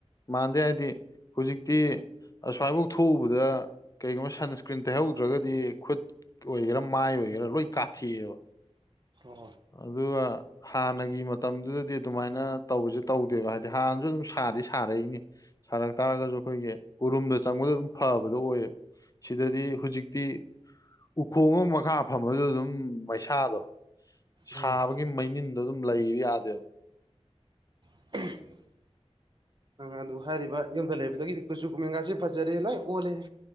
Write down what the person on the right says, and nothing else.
ꯍꯣꯢ ꯍꯣꯢ
ꯎꯝ
<inaudible> ꯅꯪ ꯑꯗꯨ ꯍꯥꯏꯔꯤꯕ ꯌꯨꯝꯗ ꯂꯩꯕꯗꯒꯤꯗꯤ ꯀꯨꯆꯨ ꯀꯨꯃꯦꯟꯒꯁꯦ ꯐꯖꯔꯦ ꯂꯣꯏ ꯑꯣꯜꯂꯦ